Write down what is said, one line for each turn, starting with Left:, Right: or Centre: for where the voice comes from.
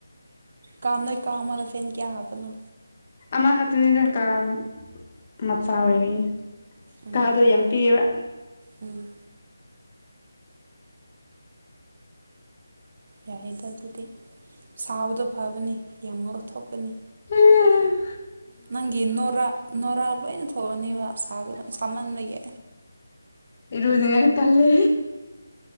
Right: ꯀꯥꯝ ꯀꯥ ꯑꯃꯗ ꯐꯦꯟ ꯀꯌꯥ ꯍꯥꯞꯄꯅꯣ꯫
Left: ꯑꯃꯈꯛꯇꯅꯤꯗ ꯀꯥꯝ ꯃꯆꯥ ꯑꯣꯏꯕꯒꯤ
Right: ꯎꯝ
Left: ꯀꯗꯣ ꯌꯥꯝ ꯄꯤꯛꯑꯦꯕ
Right: ꯎꯝ ꯌꯥꯔꯦꯗ ꯑꯗꯨꯗꯤ ꯁꯥꯕꯗꯣ ꯐꯕꯅꯤ ꯌꯥꯝ ꯉꯧꯊꯣꯛꯄꯅꯤ
Left: ꯍꯨꯝ
Right: ꯅꯪꯒꯤ ꯅꯨꯔ ꯅꯨꯔ ꯂꯣꯏꯅ ꯊꯣꯛ ꯊꯣꯛꯑꯅꯦꯕ ꯁꯥꯕ ꯁꯥꯃꯟꯕꯒꯤ
Left: ꯏꯔꯨꯅꯤꯡꯉꯥꯏ ꯇꯜꯂꯦ